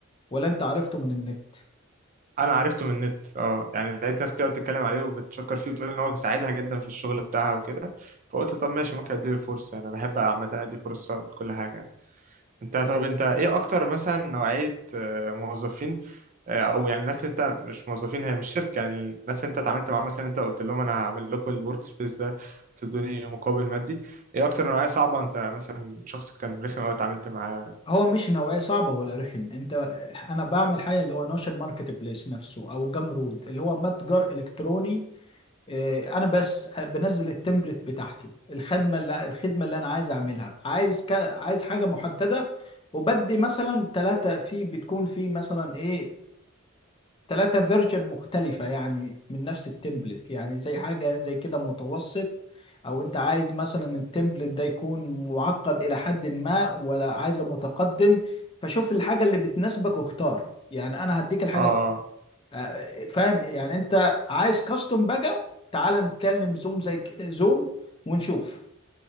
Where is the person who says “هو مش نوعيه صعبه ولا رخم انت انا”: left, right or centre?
Left